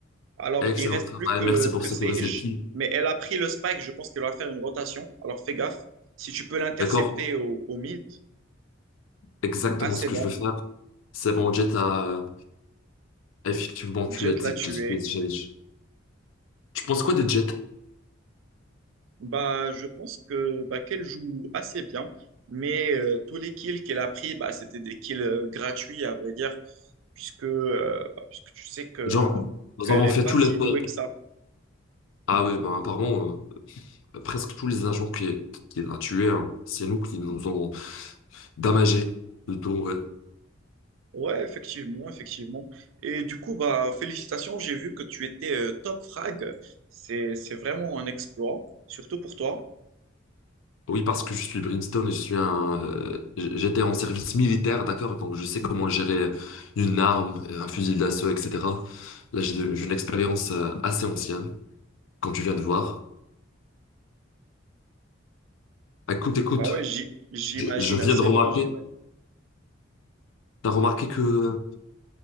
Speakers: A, on the right; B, on the left.
A: Alors,
B: Excellent
A: il reste
B: travail.
A: plus que,
B: Merci pour
A: que
B: sécuriser
A: Sage,
B: le kill.
A: mais elle a pris le spike. Je pense qu'elle va faire une rotation. Alors, fais gaffe. Si tu peux l'intercepter
B: D'accord?
A: au, au mid,
B: Exactement
A: ah, c'est
B: ce que
A: bon.
B: je veux faire. C'est bon, Jet a effectivement tué
A: Jet l'a tué.
B: Just Blaze Challenge. Tu penses quoi des Jets?
A: Bah, je pense que bah, qu'elle joue assez bien, mais euh, tous les kills qu'elle a pris, bah, c'était des kills euh, gratuits, à vrai dire, puisque, euh, bah, puisque tu sais que
B: Genre, nous
A: qu'elle
B: avons
A: n'est
B: fait
A: pas
B: tout
A: si
B: l'effort.
A: douée que ça.
B: Ah oui, ben apparemment, euh, presque tous les agents qui, qui l'a tué, hein, c'est nous qui nous ont damagés. Plutôt, ouais.
A: Ouais, effectivement, effectivement. Et du coup, bah, félicitations, j'ai vu que tu étais euh, top frag. C'est, c'est vraiment un exploit, surtout pour toi.
B: Oui, parce que je suis Brimstone et je suis un, euh, j'étais en service militaire, d'accord, donc je sais comment gérer une arme, un fusil d'assaut, etc. Là, j'ai de- j'ai une expérience euh, assez ancienne, comme tu viens de voir. Bah, Écoute, écoute,
A: Bah ouais, j'y- j'imagine
B: je, je viens
A: assez
B: de remarquer,
A: bien, j'imagine.
B: t'as remarqué que euh,